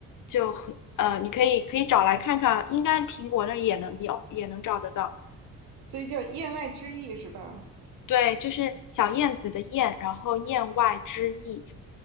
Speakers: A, on the left; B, on the right.
A: 就很呃，你可以可以找来看看，应该苹果那儿也能有，也能找得到。
B: 所以叫言外之意是吧？
A: 对，就是小燕子的燕，然后燕外之意。